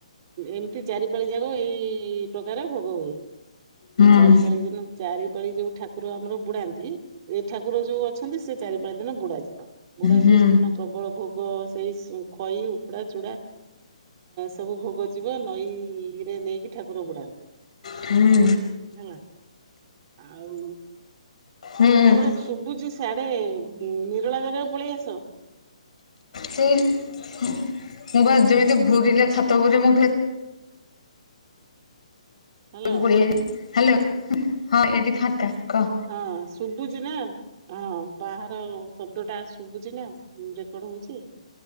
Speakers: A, on the right; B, on the left.
A: ଏମିତି ଚାରିପାଳି ଯାକ ଏଇ ପ୍ରକାର ଭୋଗ ହୁଏ।
B: ହୁଁ
A: ଚାରିପାଳି ଦିନ ଚାରିପାଳି ଯୋଉ ଠାକୁର ଆମର ବୁଡାନ୍ତି। ସେ ଠାକୁର ଯୋଉ ଅଛନ୍ତି ସେ ଚାରି ପାଞ୍ଚ ଦିନ ବୁଡା ଯିବ ବୁଡା
B: ହୁଁ
A: ଯିବ ସେଦିନ ପ୍ରବଳ ଭୋ ସେଇ ଖଇ, ଉକୁୁଡା, ଚୁଡ଼ା। ସବୁ ଭୋଗ ଯିବ ନଈରେ ନେଇକି ଠାକୁର ବୁଡାନ୍ତି।
B: ହୁଁ
A: ହେଲା ଆଉ
B: ହୁଁ
A: ତମର ଶୁଭୁଛି ସିଆଡେ ନିରଳା ଜାଗାକୁ ପଳେଇ ଆସ।
B: ସେ ମୁଁ ବା ଯେମିତି ଘୁରିଲା ଛାତ ଉପରେ ମୁଁ
A: ହ୍ୟାଲୋ
B: <unintelligible> ହ୍ୟାଲୋ। ହଁ <unintelligible> ଫାଙ୍କା। କହ
A: ହଁ ଶୁଭୁଛି ନା ହଁ ବାହାର ଶବ୍ଦ ଟା ଆସୁ ଶୁଭୁଛି ନା ରେକର୍ଡ ହଉଛି